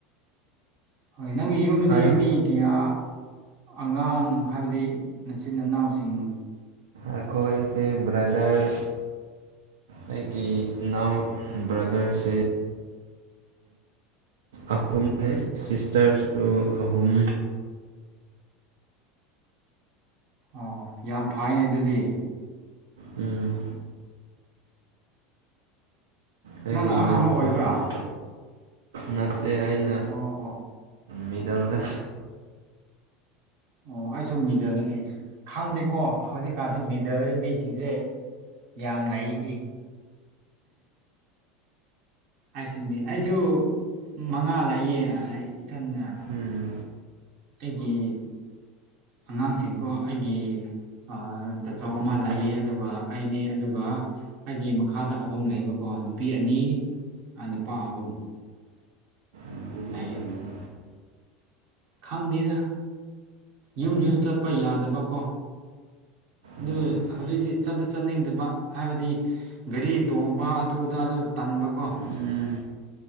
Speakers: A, on the right; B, on the right.
A: ꯍꯣꯏ ꯅꯪꯒꯤ ꯌꯨꯝꯗꯗꯤ
B: ꯍꯥꯏꯌꯣ
A: ꯃꯤ ꯀꯌꯥ ꯑꯉꯥꯡ ꯍꯥꯏꯕꯗꯤ ꯃꯆꯤꯟ ꯅꯅꯥꯎꯁꯤꯡ
B: ꯑꯩꯈ‌ꯣꯏꯁ‌ꯦ ꯕ꯭ꯔꯗꯔ ꯑꯩꯒꯤ ꯏꯅꯥꯎ ꯕ꯭ꯔꯗꯔꯁꯦ ꯑꯍꯨꯝꯅꯦ ꯁꯤꯁꯇꯔꯁꯨ ꯑꯍꯨꯝ
A: ꯑꯣ ꯌꯥꯝ ꯐꯩꯅꯦ ꯑꯗꯨꯗꯤ
B: ꯎꯝ ꯑꯩꯒꯤ
A: ꯅꯪꯅ
B: ꯏꯅꯥꯎꯅꯨꯄꯥ
A: ꯑꯍꯥꯟꯕ ꯑꯣꯏꯕ꯭ꯔꯥ
B: ꯑꯃ ꯅꯠꯇꯦ ꯑꯩꯅ
A: ꯑꯣ ꯑꯣ
B: ꯃꯤꯗꯜꯗ
A: ꯑꯣ ꯑꯩꯁꯨ ꯃꯤꯗꯜꯅꯤ ꯈꯪꯗꯦꯀꯣ ꯍꯧꯖꯤꯛꯀꯥꯟꯁꯤ ꯃꯤꯗꯜ ꯃꯤꯁꯤꯡꯁꯦ ꯌꯥꯝ ꯂꯩ ꯑꯩꯁꯨ ꯃꯉꯥ ꯂꯩꯌꯦ ꯏꯆꯥꯟ ꯑ
B: ꯎꯝ
A: ꯑꯩꯒꯤ ꯑꯉꯥꯡꯁꯤꯡꯀꯣ ꯑꯩꯒꯤ ꯑ ꯇꯆꯧ ꯑꯃ
B: ꯎꯝ
A: ꯂꯩꯌꯦ ꯑꯗꯨꯒ ꯑꯩꯅꯦ ꯑꯗꯨꯒ ꯑꯩꯒꯤ ꯃꯈꯥꯗ ꯑꯍꯨꯝ ꯂꯩꯕꯀꯣ ꯅꯨꯄꯤ ꯑꯅꯤ ꯅꯨꯄꯥ ꯑꯍꯨꯝ
B: ꯑꯗꯨꯗꯤ
A: ꯂꯩꯌꯦ
B: ꯐꯩꯀꯣ
A: ꯈꯪꯅꯗꯦꯗ ꯌꯨꯝꯁꯨ ꯆꯠꯄ ꯌꯥꯗꯕꯀꯣ ꯑꯗꯨ
B: ꯎꯝ
A: ꯍꯧꯖꯤꯛꯇꯤ ꯆꯠꯇꯤ ꯆꯠꯅꯤꯡꯗꯕ ꯍꯥꯏꯕꯗꯤ ꯒꯥꯔꯤ ꯇꯣꯡꯕ ꯑꯗꯨ ꯑꯗꯥꯗꯨ ꯇꯟꯕ ꯀꯣ
B: ꯎꯝ